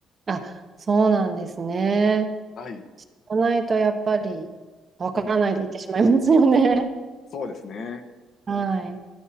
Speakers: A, on the right; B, on the left.
A: あ、そうなんですね。
B: はい。
A: じゃないとやっぱりわからないでいってしまいますよね。
B: うん。そうですね。
A: はい。